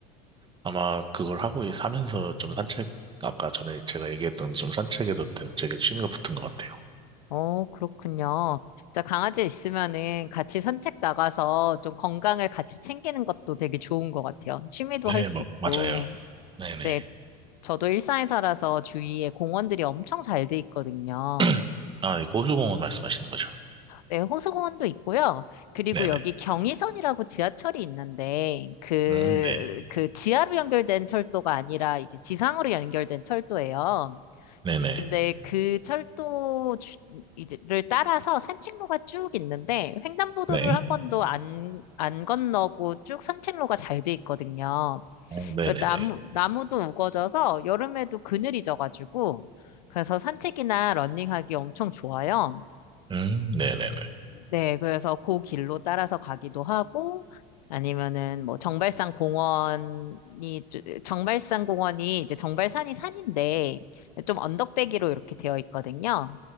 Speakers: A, on the right; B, on the left.
A: 아마 그걸 하고 있- 하면서 좀 산책, 아까 전에 제가 얘기했던 좀 산책에도 되게 취미가 붙은 것 같아요.
B: 어, 그렇군요. 자 강아지 있으면은 같이 산책 나가서 좀 건강을 같이 챙기는 것도 되게 좋은 것 같아요. 취미도
A: 네,
B: 할 수
A: 뭐,
B: 있고.
A: 맞아요. 네네.
B: 네, 저도 일산에 살아서 주위에 공원들이 엄청 잘 돼 있거든요.
A: <clears throat> 아, 이거 호수공원 말씀하시는 거죠?
B: 네, 호수공원도 있고요. 그리고
A: 네네.
B: 여기 경의선이라고 지하철이 있는데 그,
A: 음, 네.
B: 그 지하로 연결된 철도가 아니라 이제 지상으로 연결된 철도예요.
A: 네네.
B: 근데 그 철도 주- 이제를 따라서 산책로가 쭉 있는데 횡단보도를
A: 네.
B: 한 번도 안, 안 건너고 쭉 산책로가 잘 돼 있거든요.
A: 어, 네네네.
B: 그리고 나무, 나무도 우거져서 여름에도 그늘이 져가지고 그래서 산책이나 러닝하기 엄청 좋아요.
A: 음, 네네네.
B: 네, 그래서 그 길로 따라서 가기도 하고, 아니면은 뭐 정발산 공원이, 쭈- 정발산 공원이 이제 정발산이 산인데, 좀 언덕배기로 이렇게 되어 있거든요.